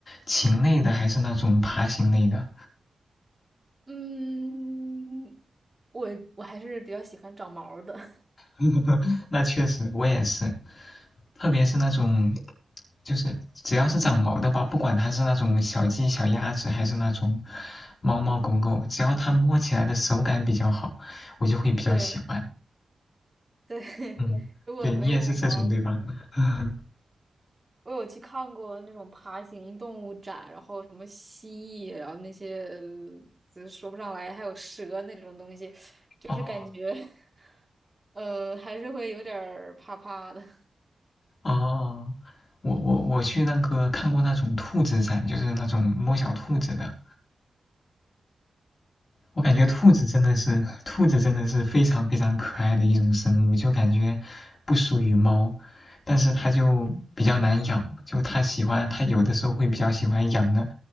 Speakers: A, on the left; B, on the right.
A: 禽类的，还是那种爬行类的？
B: 嗯，我我还是比较喜欢长毛儿的。<laughs>
A: <laughs> 那确实，我也是，特别是那种，就是只要是长毛的吧，不管它是那种小鸡、小鸭子，还是那种猫猫狗狗，只要它摸起来的手感比较好，我就会比较喜欢。
B: 对对，<laughs>
A: 嗯，
B: 如果没有毛儿的，
A: 对你也是这种对吧？<laughs>
B: 我有去看过那种爬行动物展，然后什么蜥蜴，然后那些呃说不上来，还有蛇那种东西，就是感觉，
A: 哦
B: <laughs> 呃，还是会有点儿怕怕的。<laughs>
A: 哦，我我我去那个看过那种兔子展，就是那种摸小兔子的，我感觉兔子真的是，兔子真的是非常非常可爱的一种生物，就感觉不输于猫，但是它就比较难养，就它喜欢，它有的时候会比较喜欢养的，